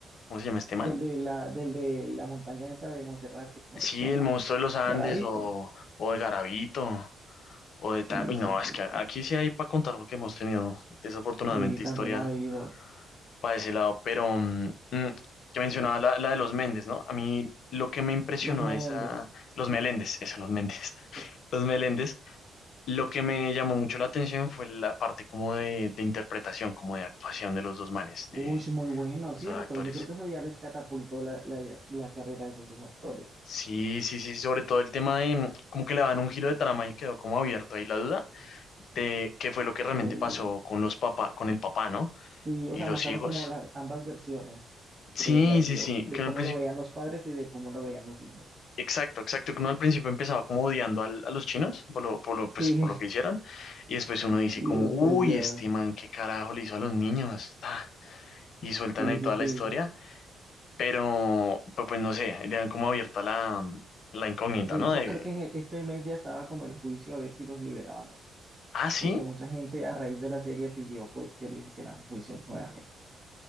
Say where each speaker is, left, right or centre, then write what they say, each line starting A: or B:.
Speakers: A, on the left; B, on the right.
A: ¿Cómo se llama este man?
B: Del de la, del de la montaña esa de Monserrate, ¿cómo
A: Sí,
B: era que se llamaba?
A: El Monstruo de los Andes
B: Garavito.
A: o, o de Garavito o de
B: Sí,
A: tal. Uy,
B: sí,
A: no, es
B: sí,
A: que aquí
B: sí.
A: sí hay para contar porque hemos tenido desafortunadamente
B: Sí, también
A: historia
B: ha habido.
A: para ese lado. Pero mm, mm, que mencionaba la, la de los Méndez, ¿no? A mí lo que me impresionó
B: Los Menéndez.
A: de esa. Los Meléndez, <laughs> eso, los Méndez. <laughs>
B: Eh,
A: Los Meléndez. Lo que me llamó mucho la atención fue la parte como de, de interpretación, como de actuación de los dos manes, de
B: Uy, muy bueno,
A: los
B: ¿cierto?
A: dos actores.
B: Yo creo que eso ya les catapultó la, la- la carrera de esos dos actores.
A: Sí, sí, sí, sobre todo el tema de mm, como que le dan un giro de trama y quedó como abierto ahí la duda de qué fue lo que realmente
B: Sí.
A: pasó con los papá, con el papá, ¿no?
B: Sí,
A: Y
B: o sea,
A: los
B: mostraron
A: hijos.
B: como las ambas versiones,
A: Sí,
B: creería
A: sí,
B: yo,
A: sí,
B: de
A: que uno
B: cómo
A: al principio,
B: lo veían los padres y de cómo lo veían los hijos.
A: exacto, exacto, que uno al principio empezaba como odiando al- a los chinos por lo, por lo, pues,
B: Sí,
A: por lo que hicieron y después
B: <laughs>
A: uno dice
B: y
A: como,
B: después
A: uy,
B: ya.
A: este man, qué carajo le hizo a los niños, ta, y sueltan
B: Sí,
A: ahí
B: sí,
A: toda
B: sí.
A: la historia, pero, pero, pues no sé, le dan como abierta la, la incógnita,
B: De
A: ¿no?
B: hecho,
A: De,
B: creo que este mes ya estaba como el juicio a ver si los liberaban, o no,
A: ah, sí.
B: porque mucha gente a raíz de la serie pidió pues que les hicieran un juicio nuevamente.